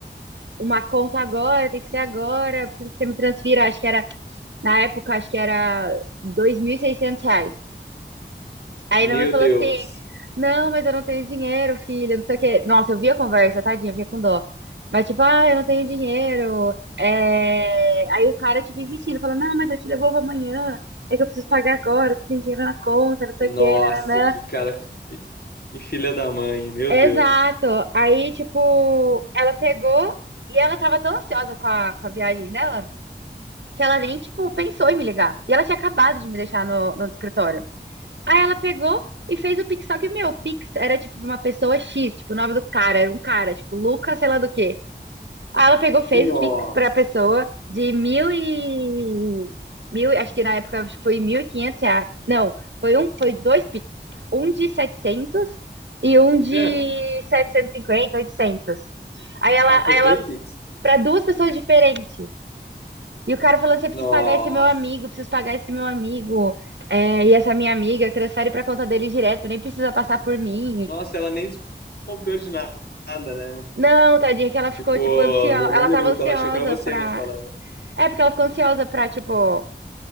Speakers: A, on the right; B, on the left.
A: uma conta agora, tem que ser agora, preciso que você me transfira, acho que era, na época, acho que era 2.600 reais. Aí
B: Meu
A: minha mãe falou
B: Deus.
A: assim, não, mas eu não tenho dinheiro, filha, não sei o quê. Nossa, eu vi a conversa, tadinha, fiquei com dó. Mas tipo, ah, eu não tenho dinheiro. É... Aí o cara, tipo, insistindo, falou não, mas eu te devolvo amanhã. É que eu preciso pagar agora, eu preciso de dinheiro na conta, não sei
B: Nossa,
A: o quê, nananã.
B: que cara. Que filha da mãe. Meu
A: Exato.
B: Deus.
A: Aí, tipo, ela pegou e ela tava tão ansiosa com a, com a viagem dela, que ela nem, tipo, pensou em me ligar. E ela tinha acabado de me deixar no, no escritório. Aí ela pegou e fez o Pix, só que, meu, o Pix era, tipo, pra uma pessoa X, tipo, o nome do cara, era um cara, tipo, Lucas, sei lá do quê. Aí ela pegou, fez
B: Nossa.
A: o Pix pra pessoa de mil e... Mil, acho que na época foi mil e quinhentos reais. Não, foi um, foi dois Pix. Um de 700 e um de
B: É.
A: setecentos e cinquenta oitocentos Aí ela,
B: Ah, tá, foi
A: aí ela
B: dois Pix.
A: para duas pessoas diferentes. E o cara falando assim, eu
B: Nossa.
A: preciso pagar esse meu amigo, eu preciso pagar esse meu amigo, é, e essa minha amiga transfere pra conta dele direto, nem precisa passar por mim.
B: Nossa, ela nem desconfiou de nada, né?
A: Não, tadinha, que ela ficou,
B: Tipo,
A: tipo, ansiosa,
B: nem, nem
A: ela
B: um minuto.
A: tava ansiosa
B: Ela achou que era você
A: pra...
B: mesmo falando.
A: É, porque ela ficou ansiosa pra, tipo,